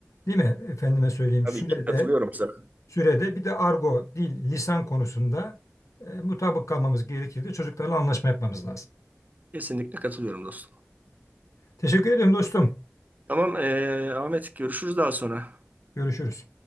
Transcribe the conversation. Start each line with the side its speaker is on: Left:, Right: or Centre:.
Left: değil mi? Efendime söyleyeyim
Right: Tabii
Left: sürede
Right: ki katılıyorum sana.
Left: sürede bir de argo, dil, lisan konusunda e, mutabık kalmamız gerekir de çocuklarla anlaşma yapmamız lazım.
Right: Kesinlikle katılıyorum dostum.
Left: Teşekkür ediyorum dostum.
Right: Tamam e, Ahmet görüşürüz daha sonra.
Left: Görüşürüz.